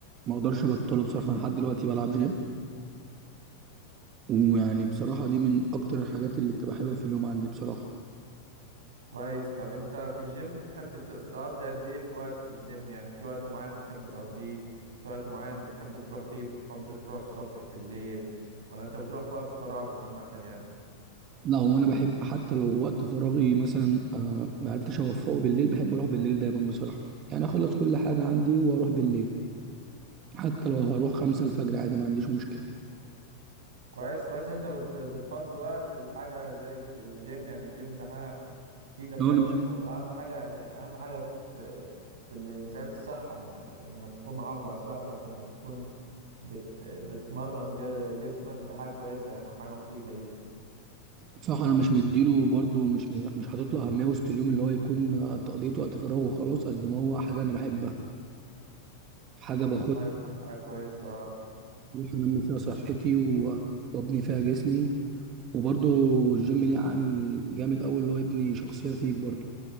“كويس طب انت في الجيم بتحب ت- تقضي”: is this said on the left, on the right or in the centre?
Right